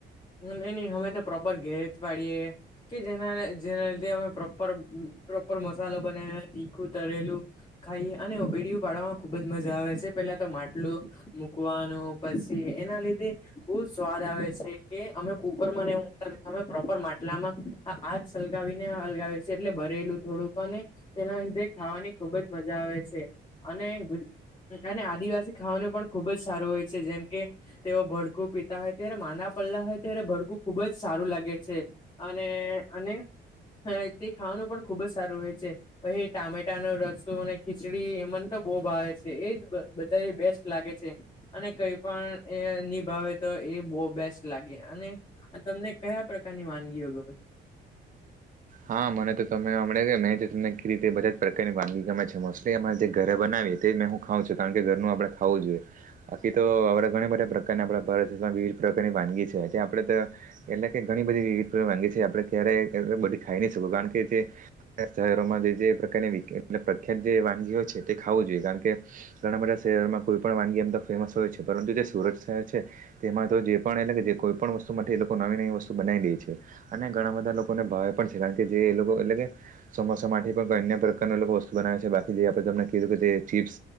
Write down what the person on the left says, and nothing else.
નહીં નહીં અમે તો પ્રોપર ઘેરે જ પાડીએે કે જેના જેના લીધે અમે પ્રોપર પ્રોપર મસાલો બનાવ્યા તીખું તરેલું ખાઈ અને ઉબાળિયુ પાડવામાં ખુબ જ મજા આવે છે પહેલા તો માટલું મૂકવાનું પછી એના લીધે ખુબ સ્વાદ આવે છે. કે અમે કુકરમાં ને એવું મુકતા નથી અમે પ્રોપર માટલામાં આ આગ સલગાવીને હલગાવે છે એટલે બ રહેલું થોડુંક અને તેના લીધે ખાવાની ખુબ જ મજા આવે છે અને ગુ અને આદિવાસી ખાવાનું પણ ખુબ જ સારું હોય છે જેમ કે તેઓ ભડકું પીતા હોય ત્યારે માના પડલા હોય ત્યારે ભડકું ખુબ જ સારું લાગે છે અને અને હ તે ખાવાનું પણ ખુબ જ સારું હોય છે પછી ટામેટાનો રસો અને ખીચડી એ મન તો બહુ ભાવે છે એ જ બધાની બેસ્ટ લાગે છે અને કઈ પણ એ ની ભાવે તો એ બો બેસ્ટ લાગે અને તમને કયા પ્રકારની વાનગીઓ ગમે?